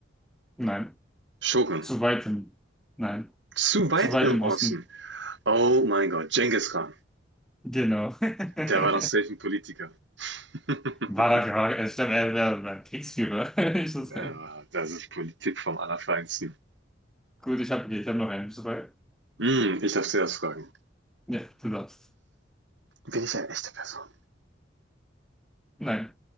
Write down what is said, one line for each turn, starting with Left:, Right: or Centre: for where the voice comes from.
Centre: Nein,
Right: Shogun.
Centre: zu weit im, nein,
Right: Zu weit
Centre: zu weit
Right: im
Centre: im
Right: Osten.
Centre: Osten.
Right: Oh mein Gott, Genghis Khan.
Centre: Genau. <laughs>
Right: Der war doch safe ein Politiker. <laughs>
Centre: War da gerade, äh, ich glaube, er wäre ein Kriegsführer, <laughs> würde ich so sagen.
Right: Ja, das ist Politik vom Allerfeinsten.
Centre: Gut, ich habe ich hab noch einen. Soweit.
Right: Hm, ich darf zuerst fragen.
Centre: Ja, du darfst.
Right: Bin ich eine echte Person?
Centre: Nein.